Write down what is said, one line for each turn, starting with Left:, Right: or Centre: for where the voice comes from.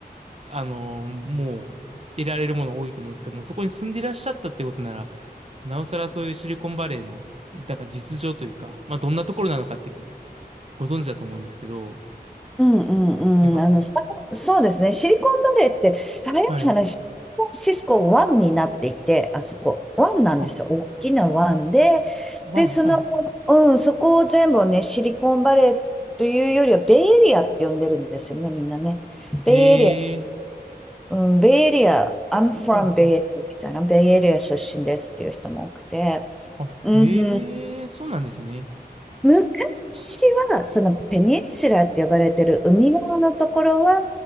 Right: あの、もう、得られるもの多いと思うんですけども、そこに住んでいらっしゃったってことなら、なおさらそういうシリコンバレーの、なんか実情というか、まあ、どんなところなのかってご存知だと思うんですけど、
Centre: うんう
Right: なんか、
Centre: んうん。あの、さそうですね。シリコンバレーって、早い話、
Right: はい。
Centre: サンフランシスコ湾になっていて、あそこ、湾なんですよ。
Right: あ、
Centre: 大きな湾で、
Right: ワン、
Centre: で、その、
Right: はい。
Centre: うん、そこを全部ね、シリコンバレーというよりは、ベイエリアって呼んでるんですよね、みんなね。
Right: へえ、
Centre: ベイエリア、うん、ベイエリア、I'm from
Right: あ、は
Centre: ベイエリアみたいな、ベイエリア出身ですっていう人も多くて、
Right: あ、
Centre: うん
Right: へえ、そうなんですね。
Centre: 昔は、そのペニンシュラーって呼ばれてる海側のところは、